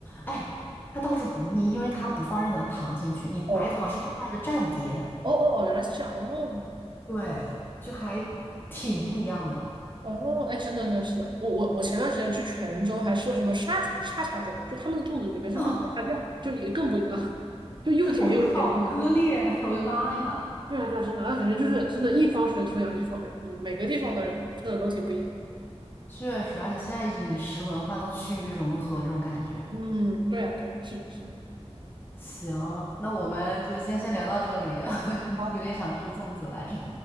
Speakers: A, on the left; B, on the right.
A: 哎，它倒是不腻，因为它不放任何的糖进去，你白糖是另外的蘸碟，
B: 哦哦哦，原来是这样。哦
A: 对，就还挺不一样的。
B: 哦，哎，真的真是的。我我我前段时间去泉州还吃了什么沙茶沙茶粽，就他们的粽子里面是放沙茶酱，
A: <laughs>
B: 就也更不一样，就又甜又咸。
A: 我好割裂，
B: <laughs>
A: 我的妈呀！
B: 对啊，对啊，真的，那感觉就是真的，一方水土养一方人。嗯，每个地方的人吃的都挺不一样的。
A: 确实，而且现在饮食文化都趋于融合，这种感觉。
B: 嗯，对啊，对啊，是的是的。
A: 行，那我们就今天先聊到这里，<laughs>
B: 好
A: 有点想吃粽子来着。